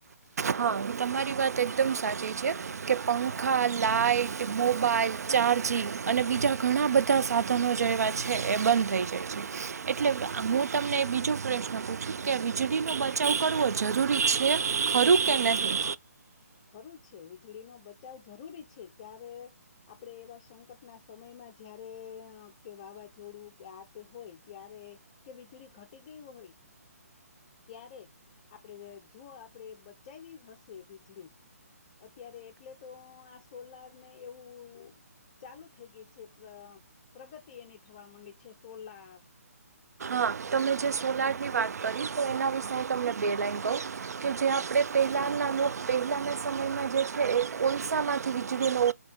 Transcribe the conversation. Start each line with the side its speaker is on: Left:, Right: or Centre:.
Right: હા તમારી વાત એકદમ સાચી છે કે પંખા લાાઈટ મોબાઈલ ચાર્જિંગ અને બીજા ઘણા બધા સાધનો જે એવા છે એ બંધ થઈ જાય છે એટલે હું તમને બીજો પ્રશ્ન પૂછું કે વીજળીનો બચાવ કરવો જરૂરી છે ખું કે નહી
Left: ખરું છે વીજળીનોો બચાવ જરૂરી છે ક્યારે આપણે એવા સંકટના સમયમાં જયારે કે વાવાઝોડું કે આ તે હોય ત્યારે કે વીજળી ઘટી ગય હોય ત્યારે આપણે જો આપણે બચાવી હશે વીજળી અત્યારે એટલે તો આ સોલાર ને એવું ચાલુ થઈ ગય છે પ્રગતિ એની થવા માંડી છે સોલાર
Right: હા તમે જે સોલારની વાત કરી તો એના વિશે તમને બે લઇન કહું કે જે આપણે પહેલાંના લોકો પહેલાંના સમયમાં જે છે એ કોલસામાંથી વીજળીનો